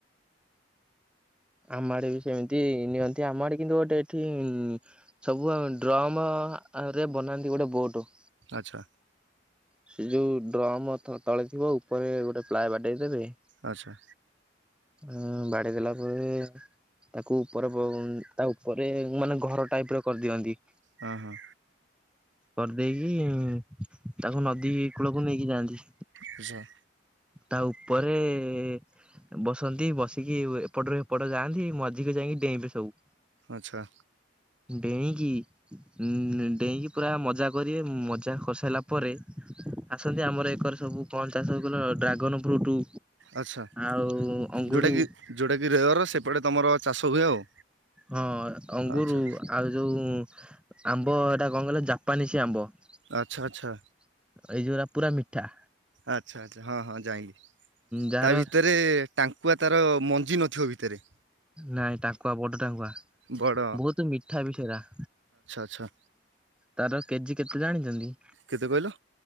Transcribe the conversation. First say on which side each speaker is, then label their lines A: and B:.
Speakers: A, in the centre; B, on the right.
A: ଆମ ଆଡ଼େ ବି ସେମିତି ନିଅନ୍ତି ଆମ ଆଡ଼େ କିନ୍ତୁ ଗୋଟେ ଏଠି ଇଁ ଇଁ ସବୁ ଆମେ ଡ୍ରମ ଅ ଅ ରେ ବନାନ୍ତି ଗୋଟେ ବୋଟୋ।
B: ଆଚ୍ଛା।
A: ସେ ଯୋଉ ଡ୍ରମ୍ ତ ତଳେ ଥିବ ଉପରେ ଗୋଟେ ପ୍ଲାଏ ବାଡ଼େଇ ଦେବେ
B: ଆଚ୍ଛା।
A: ହୁଁ ବାଡ଼େଇଦେଲା ପରେ ତାକୁ ଉପର ବ ଅଁ ତା ଉପରେ ମାନେ ଘର ଟାଇପ୍ ର କରିଦିଅନ୍ତି।
B: ହଁ ହଁ।
A: କରଦେଇକି ତାକୁ ନଦୀ କୂଳକୁ ନେଇକି ଯାଆନ୍ତି।
B: ଆଚ୍ଛା।
A: ତା ଉପରେ ଏ ଏ ଏ ବସନ୍ତି ବସିକି ଇ ୱେ ଏପଟରୁ ହେପଟ ଯାଆନ୍ତି ମଝିକୁ ଯାଇଁକି ଡେ଼ଁଇବେ ସବୁ।
B: ଆଚ୍ଛା
A: ଡ଼େଇଁକି ଉଁ ଉଁ ଡ଼େଇଁକି ପୁରା ମଜା କରିବେ ମଜା କରସାଇଲା ପରେ ଆସନ୍ତି ଆମର ଏ କରେ ସବୁ କଣ ଚାଷ କହିଲ ଡ୍ରା ଗନ ଫ୍ରୁଟ
B: ଆଚ୍ଛା
A: ଆଉ ଅଙ୍ଗୁରୁ।
B: ଯୋଉଟାକି ଯୋଉଟାକି ରେୟର୍ ସେପଟ ତମର ଚାଷ ହୁଏ ଆଉ।
A: ହଁ ଅଙ୍ଗୁରୁ
B: ଆଚ୍ଛା
A: ଆଉ ଯୋଉ ଆମ୍ବ ଏଟା କଣ କହିଲ ଜାପାନିସ୍ ଆମ୍ବ। ଏଇ
B: ଆଚ୍ଛା ଆଚ୍ଛା
A: ଯୋଉରା ପୁରା ମିଠା।
B: ଆଚ୍ଛା ଆଚ୍ଛା ହଁ ହଁ ଜାଇଁଲିି
A: ଯାହାର
B: ତା ଭିତରେ ଟାଙ୍କୁଆ ତାର ମଞ୍ଜି ନଥିବ ଭିତରେ।
A: ନାଇଁ ଟାଙ୍କୁଆ ବଡ ଟାଙ୍କୁଆ
B: ବଡ
A: ବୋହୁତ ମିଠା ବି ହେରା।
B: ଚ୍ଛା।
A: ତାର କେଜି କେତେ ଜାଣିଛନ୍ତି?
B: କେତେ କହିଲ?